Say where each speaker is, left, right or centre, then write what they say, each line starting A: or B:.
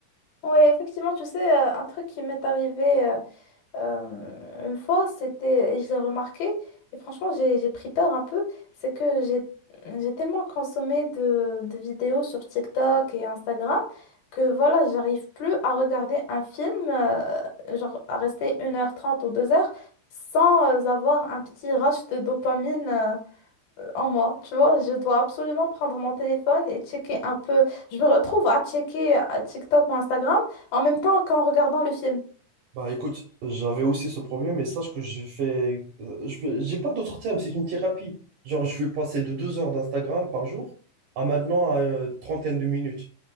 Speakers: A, on the left; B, on the right.
A: Ouais, effectivement, tu sais, euh, un truc qui m'est arrivé euh, Euh, une fois, c'était, et je l'ai remarqué, et franchement, j'ai j'ai pris peur un peu, c'est que j'ai j'ai tellement consommé de, de vidéos sur TikTok et Instagram que voilà, j'arrive plus à regarder un film, euh, genre à rester une heure trente ou deux heures sans euh, avoir un petit rush de dopamine euh, en moi. Tu vois, je dois absolument prendre mon téléphone et checker un peu. Je me retrouve à checker euh, TikTok ou Instagram en même temps qu'en regardant le film.
B: Bah écoute, j'avais aussi ce problème et sache que j'ai fait. euh, Je vais- j'ai pas d'autre terme, c'est une thérapie. Genre, je suis passé de deux heures d'Instagram par jour à maintenant à euh, trentaine de minutes.